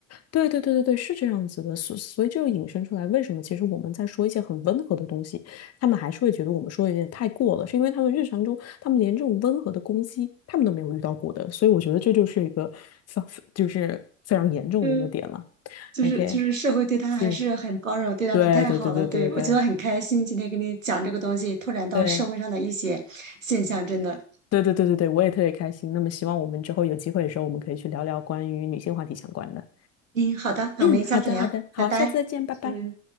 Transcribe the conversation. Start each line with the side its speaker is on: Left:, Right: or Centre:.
Left: 对对对对对，是这样子的，所所以这就引申出来，为什么其实我们在说一些很温和的东西，他们还是会觉得我们说的有点太过了，是因为他们日常中，他们连这种温和的攻击，他们都没有遇到过的，所以我觉得这就是一个非就是非常严重的一个点了。
Right: 嗯，就是就是社会对他还是很包容，
Left: OK，是，
Right: 对他们太好了。
Left: 对对对对对对
Right: 对，我觉得很开心，今天跟你讲这个东西，拓展到社会上的一些现象，
Left: 对
Right: 真的。
Left: 对对对对对，我也特别开心。那么希望我们之后有机会的时候，我们可以去聊聊关于女性话题相关的。
Right: 嗯，好的，那我们下次聊，
Left: 嗯，好的好的，好，
Right: 拜拜。
Left: 下次再见，拜拜。
Right: 嗯。